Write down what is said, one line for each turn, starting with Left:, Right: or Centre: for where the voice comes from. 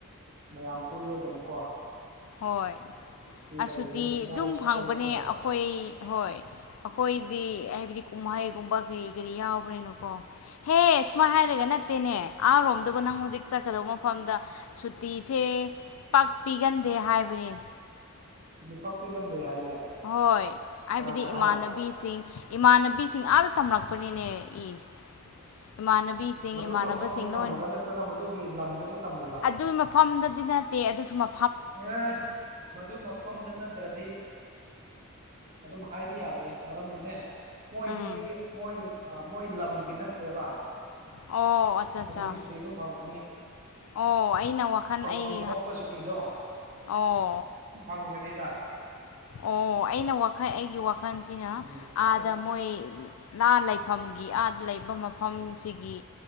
Right: ꯃꯌꯥꯝ ꯄꯨꯜꯂꯦꯗꯅꯀꯣ
Left: ꯍꯣꯏ ꯑ
Right: ꯂꯩꯔꯤꯉꯩꯁꯤꯗ
Left: ꯁꯨꯇꯤ ꯑꯗꯨꯝ
Right: ꯑꯩꯁꯨ
Left: ꯐꯪꯕꯅꯦ
Right: ꯀꯣꯏꯔꯛꯅꯕ
Left: ꯑꯩꯈꯣꯏ ꯍꯣꯏ ꯑꯩꯈꯣꯏꯗꯤ ꯍꯥꯏꯕꯗꯤ ꯀꯨꯝꯍꯩꯒꯨꯝꯕ ꯀꯔꯤ ꯀꯔꯤ ꯌꯥꯎꯕꯅꯦꯅꯀꯣ ꯍꯦ ꯁꯨꯃꯥꯏ ꯍꯥꯏꯔꯒ ꯅꯠꯇ ꯅꯠꯇꯦꯅꯦ ꯑꯥꯔꯣꯝꯗꯒ ꯅꯪ ꯍꯧꯖꯤꯛ ꯆꯠꯀꯗꯧꯕ ꯃꯐꯝꯗ ꯁꯨꯇꯤꯁꯦ ꯄꯥꯛꯄꯤꯒꯟ ꯗꯦ ꯍꯥꯏꯕꯅꯦ
Right: ꯇꯤ ꯄꯛꯄꯤꯒꯟꯗꯦ ꯍꯥꯏꯌꯦ
Left: ꯍꯣꯏ ꯍꯥꯏꯕꯗꯤ
Right: ꯀꯅꯥꯅ
Left: ꯏꯃꯥꯟꯅꯕꯤꯁꯤꯡ
Right: ꯍꯥꯏꯔꯤꯕ
Left: ꯏꯃꯥꯟꯅꯕꯤꯁꯤꯡ ꯑꯥꯗ ꯇꯝꯂꯛꯄꯅꯤꯅꯦ ꯏꯁ ꯏꯃꯥꯟꯅꯕꯤꯁꯤꯡ
Right: ꯃꯗꯨ
Left: ꯏꯃꯥꯟꯅꯕꯁꯤꯡꯅ
Right: ꯃꯐꯝꯗ ꯇꯝꯃꯤꯕ
Left: ꯂꯣꯏꯅ
Right: ꯅꯠꯇ꯭ꯔꯒ ꯃꯗꯨꯒꯤ ꯂꯝꯗꯨꯗ ꯇꯝꯃꯤꯕ
Left: ꯑꯗꯨ ꯃ ꯐꯝꯗꯗꯤ ꯅꯠꯇꯦ ꯑꯗꯨꯁꯨ ꯃ
Right: <unintelligible> ꯃꯗꯨ ꯃꯐꯝꯗ ꯅꯠꯇ꯭ꯔꯗꯤ ꯑꯗꯨꯝ ꯍꯥꯏꯕ ꯌꯥꯗꯦ ꯃꯔꯝꯗꯤꯅꯦ ꯃꯣꯏꯗꯨꯗꯤ
Left: ꯎꯝ
Right: ꯃꯣꯏ ꯃꯣꯏ ꯂꯝꯒꯤ ꯅꯠꯇꯦꯕ
Left: ꯑꯣ ꯑꯠꯆꯥ ꯑꯠꯆꯥ
Right: ꯑꯗꯨꯒꯤ ꯁꯨꯇꯤ ꯑꯗꯨꯝ ꯐꯪꯒꯅꯤ
Left: ꯑꯣ ꯑꯩꯅ ꯋꯥꯈꯜ
Right: ꯐꯪꯐꯝ
Left: ꯑꯩ
Right: ꯊꯣꯛꯄ ꯁꯨꯇꯤꯗꯣ
Left: ꯑꯣ
Right: ꯐꯪꯒꯅꯤꯗ
Left: ꯑꯣ ꯑꯩꯅ ꯋꯥꯈꯜ ꯑꯩꯒꯤ ꯋꯥꯈꯜꯁꯤꯅ
Right: ꯎꯝ
Left: ꯑꯥꯗ
Right: ꯑꯁ
Left: ꯃꯣꯏ ꯥ ꯂꯥ ꯂꯩꯐꯝꯒꯤ ꯑꯥ ꯂꯩꯕ ꯃꯐꯝꯁꯤꯒꯤ